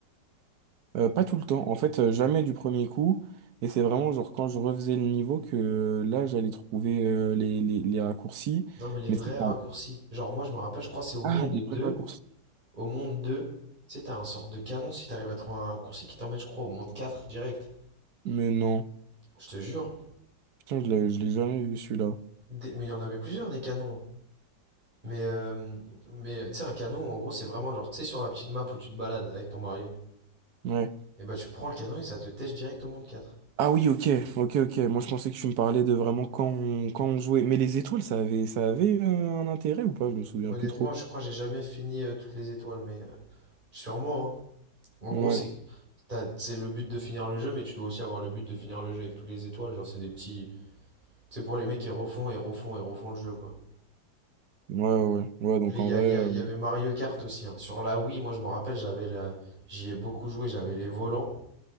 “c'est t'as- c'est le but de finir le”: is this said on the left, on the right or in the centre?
Right